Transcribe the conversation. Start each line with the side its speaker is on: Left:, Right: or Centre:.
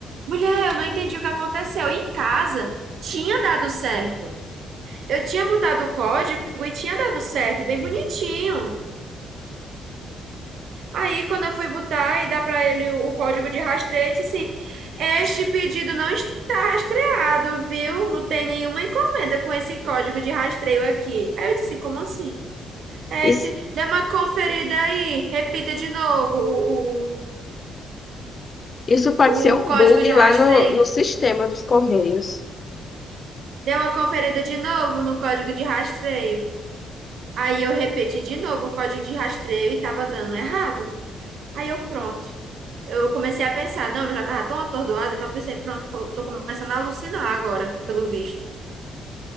Right: Mulher, eu não entendi o que aconteceu. Em casa tinha dado certo. Eu tinha botado o código e tinha dado certo, bem bonitinho. Aí, quando eu fui botar e dar para ele o, o código de rastreio, ele disse assim: Este pedido não está rastreado, viu? Não tem nenhuma encomenda com esse código de rastreio aqui. Aí eu disse assim: Como assim? É,
Left: Isso,
Right: te- dê uma conferida aí. Repita de novo o,
Left: isso pode
Right: o,
Left: ser um
Right: o código
Left: bug
Right: de rastreio.
Left: lá no, no sistema dos Correios.
Right: Dê uma conferida de novo no código de rastreio. Aí eu repeti de novo o código de rastreio e tava dando errado. Aí eu, pronto. Eu comecei a pensar, não, eu já tava tão atordoada que eu pensei, pronto, co- tô começando a alucinar agora, pelo visto.